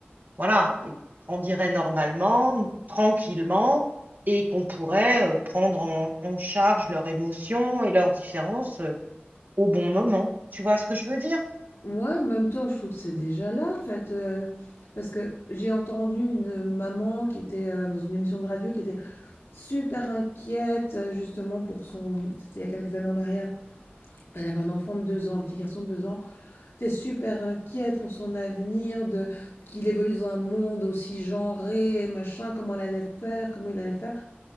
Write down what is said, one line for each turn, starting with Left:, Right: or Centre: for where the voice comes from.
Right: voilà, ils grandiraient normalement, tranquillement, et qu'on pourrait euh, prendre en, en charge leurs émotions et leurs différences euh, au bon moment. Tu vois ce que je veux dire?
Left: Moi, en même temps, je trouve que c'est déjà là, en fait, heu, parce que j'ai entendu une maman qui était, heu, dans une émission de radio, qui était super inquiète, heu, justement pour son c'était il y a quelques années en arrière. Elle avait un enfant de 2 ans, un petit garçon de 2 ans. Elle super inquiète pour son avenir, de qu'il évolue dans un monde aussi genré machin, comment elle allait faire, comment il allait faire